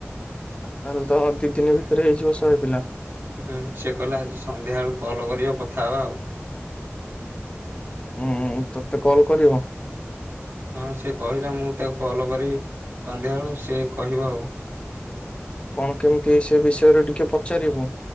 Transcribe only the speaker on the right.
ହୁଁ ସେ କହିଲେ ଆଜି ସନ୍ଧ୍ୟା ବେଳୁକୁ କଲ୍ କର କଥା ହବା ଆଉ।
ହଁ ସେ କହିଲା ମୁଁ ତାକୁ କଲ କରିବି ସନ୍ଧ୍ୟାବେଳ ସେ କହିବ ଆଉ।